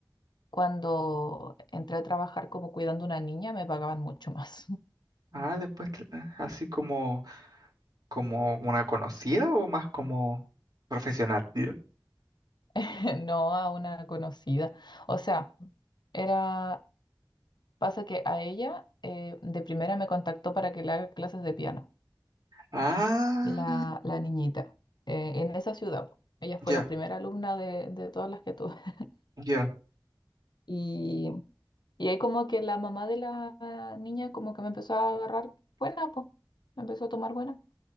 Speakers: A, on the left (about 65°); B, on the right (about 55°).
A: cuando entré a trabajar como cuidando a una niña me pagaban mucho más,
B: Ah, después, tra- así como, como una conocida o más como profesional. Ya.
A: <laughs> no a una conocida. O sea, era Pasa que a ella eh, de primera me contactó para que le haga clases de piano,
B: Ah,
A: la, la niñita, eh, en esa ciudad. po. Ella fue
B: ya,
A: la primera alumna de, de todas las que tuve. <laughs>
B: ya.
A: Y, y ahí como que la mamá de la niña como que me empezó a agarrar buena, pues, me empezó a tomar buena,